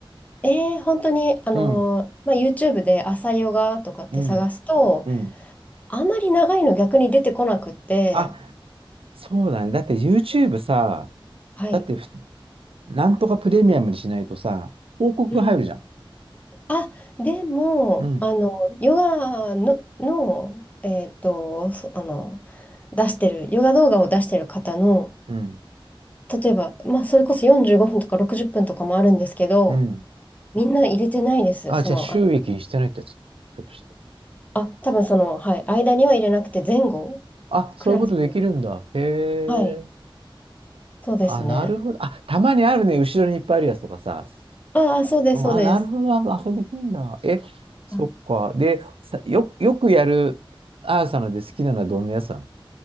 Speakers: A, on the left; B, on the right.
A: えー、本当に、あのーまあ、
B: うん、
A: YouTube で朝ヨガとかって探すと、
B: うん、うん。
A: あまり長いの逆に出てこなくって、
B: あ、そうだね。だって YouTube さ、
A: はい。
B: だってふなんとかプレミアムにしないとさ、広告が入るじゃん。
A: うん。あ、でも、
B: うん、
A: あの、ヨガの、の、えっと、そあの、出してる、ヨガ動画を出してる方の、
B: うん、
A: 例えば、まあ、それこそ45分とか60分とかもあるんですけど、
B: うん。
A: みんな入れてないです。
B: あ、
A: その、
B: じゃあ収益にしてないってやつ。
A: あ、
B: ちょっとして。
A: あ、多分その、はい、間には入れなくて、前後、
B: あ、そういうことできるんだ。
A: クラス、
B: へえ。
A: はい、そうですね。
B: あ、なるほど。あ、たまにあるね。後ろにいっぱいあるやつとかさ。
A: ああ、そうです、
B: うん、
A: そうです。
B: あ、なるほど。あ、あそうできるんだ。え、そっか。
A: あ
B: で、さ、よ、よくやるアーサので好きなのはどんなやつなの